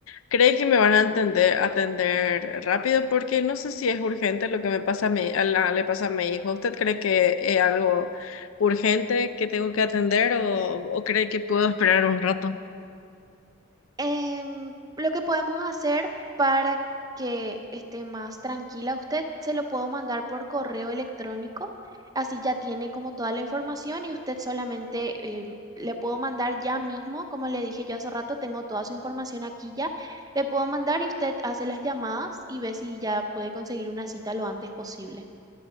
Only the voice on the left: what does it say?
¿cree que me van a atender, atender rápido? Porque no sé si es urgente lo que me pasa a mi, a la- le pasa a mi hijo. ¿Usted cree que es algo urgente que tengo que atender o, o cree que puedo esperar un rato?